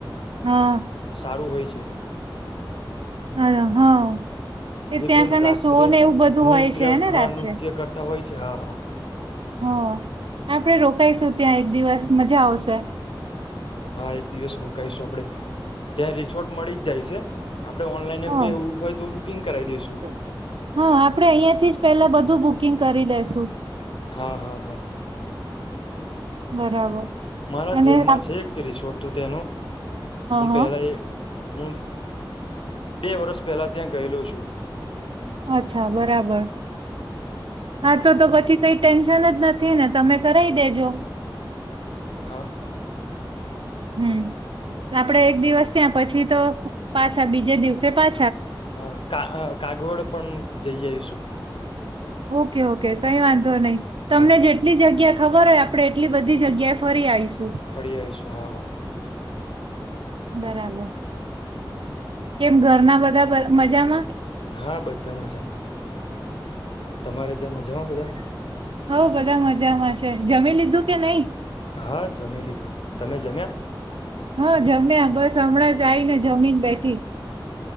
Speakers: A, on the right; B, on the left.
A: હા
B: સારું હોય છે.
A: <unintelligible> હન. એ
B: જે
A: ત્યાં
B: પેલું રાત્રે
A: કને શો ને એવું બધું
B: નૃત્ય
A: હોય છે હેને
B: હા
A: રાત્રે.
B: નૃત્ય કરતા હોય હા, હા.
A: હઅ. આપડે રોકાઈશું ત્યાં એક દિવસ મજા આવશે.
B: હા, એક દિવસ રોકાઈશું આપડે. ત્યાં રિસોર્ટ મળી જ જાય છે. આપડે ઓનલાઈન એવું
A: હઅ,
B: કઈ એવું હોય તો બુકિંગ કરાવી દઈશું
A: હન, આપડે અહિયાંથી જ પેલા બધું બુક કિંગ કરી દેશું.
B: હા, હા, હા
A: બરાબર.
B: મારા
A: અને
B: ધ્યાનમાં
A: હા
B: છે એક રિસોર્ટ તું તેનું હું
A: હા
B: પેલા એ હું બે વર્ષ પહેલા ત્યાં ગયેલો છું.
A: અચ્છા, બરાબર. હા, તો તો પછી કઈ ટેન્શન જ નથી ને તમે કરાઇ દેજો.
B: હા
A: હમ, આપડે એક દિવસ ત્યાં પછી તો પાછા બીજે દિવસે પા
B: હન, કા કાગવડ પણ જઈ આઈશું.
A: ઓકે, ઓકે, કઈ વાંધો નઈ
B: હા
A: તમને જેટલી જગ્યા ખબર હોય આપડે એટલી બધી જગ્યાએ ફરી આઈશ.
B: ફરી આવીશું. હા, હા
A: બરાબર. કેમ, ઘરના બધા બ મજામાં?
B: હા, બધા મજામાં. તમારે ત્યાં મજામાં બધા?
A: હવ, બધા મજામાં છે. જમી લીધું કે નહી?
B: હા, જમી લીધું. તમે જમ્યા?
A: હન, જમ્યા બસ હમણાં જ આઈને જમીન બેઠી.